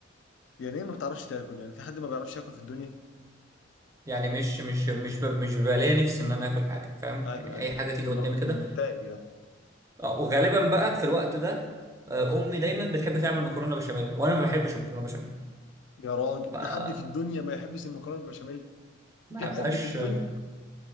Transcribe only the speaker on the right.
يعني مش مش مش ب- مش بيبقى ليا نفسي ان انا اكل حاجة فاهم
يعني
اي
حاجة تيجي
قدامي
كده
آه، وغالبا بقى في الوقت ده آه، امي دايما بتحب تعمل مكرونه بشاميل وانا ما بحبش المكرونه بشاميل
ف ما
بحبهاش
آه،